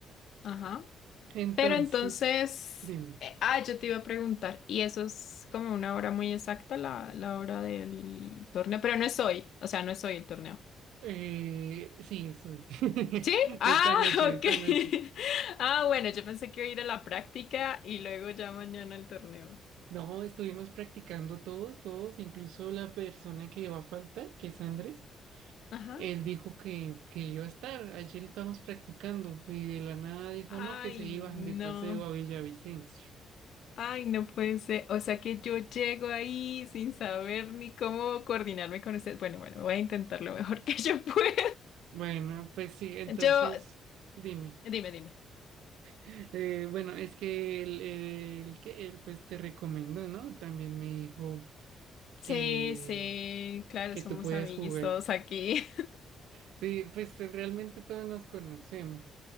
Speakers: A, on the left (about 65°); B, on the right (about 80°).
A: Ajá.
B: Entonces,
A: Pero entonces...
B: dime.
A: eh, ah, yo te iba a preguntar. Y eso es como una hora muy exacta, la, la hora del torneo. Pero no es hoy. O sea, no es hoy el torneo.
B: Eh, sí, es hoy. <laughs>
A: ¿Sí? Ah,
B: Esta noche,
A: <laughs> ok.
B: esta noche.
A: Ah, bueno, yo pensé que iba a ir a la práctica y luego ya mañana el torneo.
B: No, estuvimos practicando todos, todos, incluso la persona que va a faltar, que es Andrés.
A: Ajá.
B: Él dijo que, que iba a estar. Ayer estábamos practicando y de la nada dijo
A: Ay,
B: no, que se iban
A: no.
B: de paseo a Villavicencio.
A: Ay, no puede ser. O sea que yo llego ahí sin saber ni cómo coordinarme con usted. Bueno, bueno, voy a intentar lo mejor <laughs> que yo pueda.
B: Bueno, pues sí, entonces,
A: Yo,
B: dime.
A: dime, dime.
B: Eh, bueno, es que él, él, que él, pues te recomendó, ¿no? También me dijo
A: Sí,
B: que.
A: sí, claro,
B: que
A: somos
B: tú puedas
A: amiguis
B: jugar.
A: todos aquí.
B: Sí, pues eh, realmente todos nos conocemos,